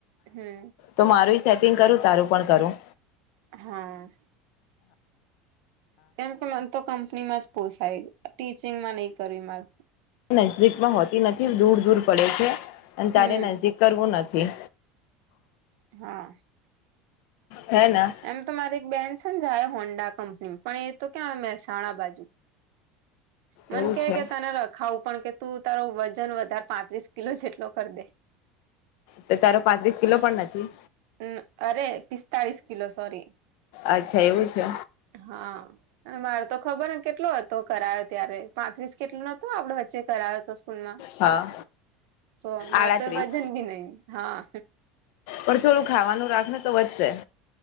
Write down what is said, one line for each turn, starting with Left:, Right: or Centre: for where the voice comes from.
Right: હમ્મ.
Left: તો મારું સેટિંગ કરું તારું પણ કરું.
Right: હા. કેમ કે મને તો કંપની માં જ પોસાય ટીચિંગમાં નહી કરવી માર.
Left: નજદીકમાં હોતી નથી દૂર દૂર પડે છે અને તારે
Right: હમ
Left: નક કરવું નથી.
Right: હા.
Left: હે ના?
Right: એમ તો મારી એક બેનડ છે ને જાય હોન્ડા કંપની પણ એ તો ક્યાં આવે મહેસાણા બાજુ. મને
Left: એવું
Right: કે
Left: છે
Right: કે તને રખાવું પણ કે તું તારો વજન વધારે પાંત્રીસ કિલો જેટલો કરી દે.
Left: તો તારો પાંત્રીસ કિલો પણ નથી?
Right: હ અરે પિસ્તાળીસ કિલો સોરી.
Left: અચ્છા એવું છે.
Right: હા. મારે તો ખબર ને કેટલો હતો કરાયો ત્યારે પાંત્રીસ કેટલું નતું આપડે વચ્ચે કરાયો તો સ્કૂલમાં,
Left: હા
Right: તો મારે
Left: આડત્રીસ
Right: તો વજન ભી નહી હા.
Left: પણ થોડું ખાવાનું રાખ તો વધશે.